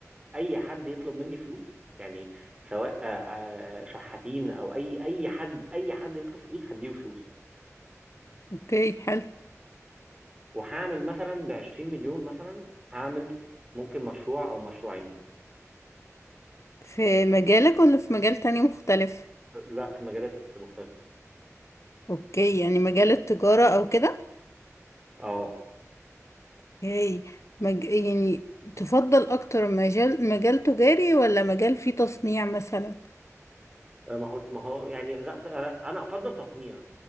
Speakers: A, on the right; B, on the left.
A: اي حد يطلب مني فلوس يعني سواء آه، آه، شحاتين او اي اي حد اي حد يطلب فلوس هديله فلوس
B: اوكي حلو
A: وهعمل مثلا ب 20 مليون مثلا هعمل ممكن مشروع او مشروعين
B: في مجالك ولا في مجال تاني مختلف
A: لا في مجالات مختلفه
B: اوكي يعني مجال التجارة او كده
A: اه
B: اوكي مج... يعني تفضل اكتر مجال مجال تجاري ولا مجال فيه تصنيع مثلا
A: آه، ما هو ما هو يعني لا ت- انا أنا افضل تصنيع